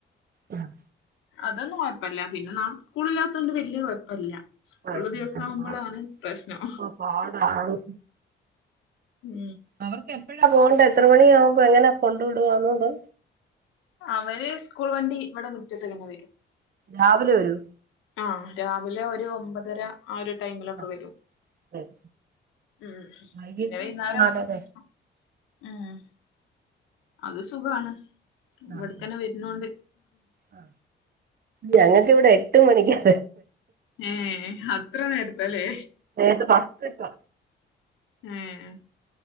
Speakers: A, on the right (about 50°); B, on the left (about 85°).
A: ഉം ആഹ്
B: അതൊന്നും കൊഴപ്പല്ല പിന്നെ നാളെ സ്കൂള്ല്ലാത്തോണ്ട് വെല്ല്യ കൊഴപ്പല്ല സ്കൂള്ളെ
A: കുഴപ്പമില്ല.
B: ദിവസാവുമ്പളാണ്
A: ആ,
B: പ്രശ്നം
A: ഇപ്പൊ പാടാണ്
B: ഉം
A: അവർക്ക് എപ്പെഴാ പോണ്ടേ എത്ര മണിയാവുമ്പോ എങ്ങനാ കൊണ്ട് വിടുവാന്നോ അതോ
B: അവര് സ്കൂൾ വണ്ടി ഇവടെ മുറ്റത്ത് തന്നെ വെരും
A: രാവിലെ വെരൊ
B: ആഹ് രാവിലെ ഒരു ഒമ്പതര ആ ഒരു ടൈമിലൊക്ക
A: ആ
B: വെരും
A: ശരി.
B: ഉം
A: വൈകിട്ട്
B: പിന്നെ വെയ്ന്നാരം
A: നാലര
B: ആഹ് ഉം അത് സുഖാണ് ഇവട്ക്കെന്നെ
A: ആ ആ
B: വെര്നോണ്ട്
A: ആ ഞങ്ങക്ക് ഇവടെ എട്ട് മണിക്ക്യാ
B: ഏഹ് അത്ര നേരത്തലെ
A: നേര്ത്തെ ബസ്സ്ട്ടൊ
B: ഏഹ്